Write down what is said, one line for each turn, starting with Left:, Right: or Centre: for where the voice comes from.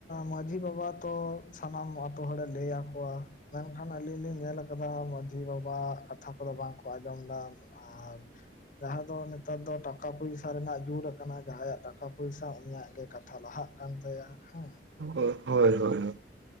Left: ᱢᱟᱺᱡᱷᱤ ᱵᱟᱵᱟ ᱛᱚ ᱥᱟᱱᱟᱢ ᱟᱛᱳ ᱦᱚᱲᱮ ᱞᱟᱹᱭ ᱟᱠᱚᱣᱟ ᱢᱮᱱᱠᱷᱟᱱ ᱟᱹᱞᱤᱧ ᱞᱤᱧ ᱧᱮᱞ ᱟᱠᱟᱫᱟ ᱢᱟᱺᱡᱷᱤ ᱵᱟᱵᱟ ᱠᱟᱛᱷᱟ ᱠᱚᱫᱚ ᱵᱟᱝᱠᱚ ᱟᱸᱡᱚᱢ ᱮᱫᱟ ᱟᱨ ᱡᱟᱦᱟᱸ ᱫᱚ ᱱᱮᱛᱟᱨ ᱫᱚ ᱴᱟᱠᱟ ᱯᱚᱭᱥᱟ ᱨᱮᱱᱟᱜ ᱡᱳᱨ ᱟᱠᱟᱱᱟ ᱡᱟᱦᱟᱸᱭᱟᱜ ᱴᱟᱠᱟ ᱯᱚᱭᱥᱟ ᱩᱱᱤᱭᱟᱹᱜ ᱜᱮ ᱠᱟᱛᱷᱟ ᱞᱟᱦᱟᱜ ᱠᱟᱱ ᱛᱟᱭᱟ ᱦᱮᱸ
Right: ᱦᱳᱭ ᱦᱳᱭ ᱦᱳᱭ